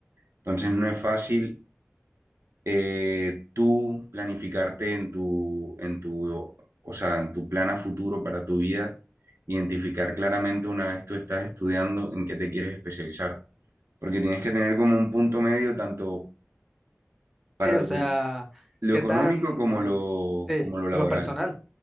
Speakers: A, on the right; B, in the centre.
A: Entonces no es fácil eh, tú planificarte en tu, en tu, o sea, en tu plan a futuro para tu vida, identificar claramente una vez tú estás estudiando en qué te quieres especializar. Porque tienes que tener como un punto medio tanto para
B: sí, o
A: lo
B: sea,
A: que- lo
B: qué
A: económico
B: tan,
A: como lo,
B: sí,
A: como lo laboral.
B: y lo personal.